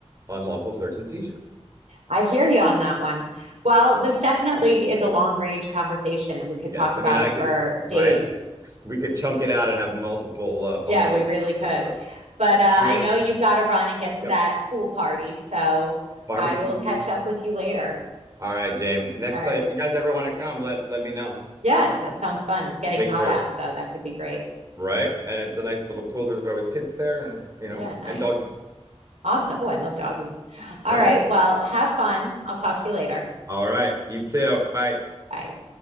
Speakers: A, on the right; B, on the right.
A: unlawful search and seizure.
B: I hear you on that one. Well, this definitely is a long range conversation and we could
A: Yes,
B: talk about
A: I mean I
B: it
A: could,
B: for days.
A: right? We could chunk it out and have multiple uh, phone
B: Yeah,
A: calls
B: we really
A: about
B: could.
A: this, but
B: But uh,
A: yeah,
B: I know you've got to run and get to
A: yep,
B: that pool party. So
A: barbecue.
B: I will catch up with you later.
A: All right, James. Next
B: All right.
A: time, if you guys ever want to come, let let me know.
B: Yeah, that sounds fun. It's getting
A: Lake
B: hot
A: Worth,
B: out. So that could be great.
A: right? And it's a nice little pool. There's always kids there, and you know,
B: Yeah, nice.
A: and doggy,
B: Awesome. Oh, I love doggies. All
A: right?
B: right. Well, have fun. I'll talk to you later.
A: All right, you too. Bye.
B: Bye.